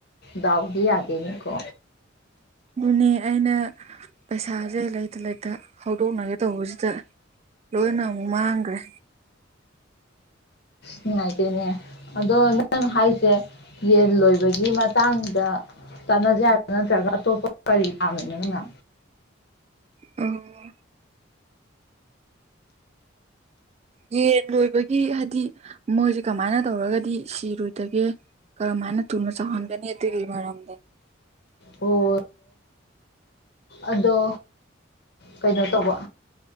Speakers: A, on the left (about 55°); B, on the right (about 30°).
A: ꯗꯥꯎꯗꯤ ꯌꯥꯗꯦꯅꯤꯀꯣ
B: ꯑꯗꯨꯅꯦ ꯑꯩꯅ ꯄꯩꯁꯥꯁꯦ ꯂꯩꯇ ꯂꯩꯇ ꯍꯧꯗꯣꯛꯅꯒꯦ ꯇꯧꯕꯁꯤꯗ ꯂꯣꯏꯅ ꯑꯃꯨꯛ ꯃꯥꯡꯈ꯭ꯔꯦ
A: ꯅꯨꯡꯉꯥꯏꯇꯦꯅꯦ ꯑꯗꯣ ꯅꯪ ꯍꯥꯏꯁꯦ ꯌꯦꯟ ꯂꯣꯏꯕꯒꯤ ꯃꯇꯥꯡꯗ ꯇꯥꯟꯅꯖꯦ ꯍꯥꯏꯕ ꯅꯠꯇ꯭ꯔꯒ ꯑꯇꯣꯞꯄ ꯀꯔꯤ ꯄꯥꯝꯃꯤꯅꯣ ꯅꯪꯅ
B: ꯑ ꯌꯦꯟ ꯂꯣꯏꯕꯒꯤ ꯍꯥꯏꯗꯤ ꯃꯣꯏꯁꯦ ꯀꯃꯥꯏꯅ ꯇꯧꯔꯒꯗꯤ ꯁꯤꯔꯣꯏꯗꯒꯦ ꯀꯔꯝ ꯍꯥꯏꯅ ꯊꯨꯅ ꯆꯍꯟꯒꯅꯤꯒꯤ ꯑꯗꯨꯒꯤ ꯃꯔꯝꯗ
A: ꯑꯣ ꯑꯗꯣ ꯀꯩꯅꯣ ꯇꯧꯕ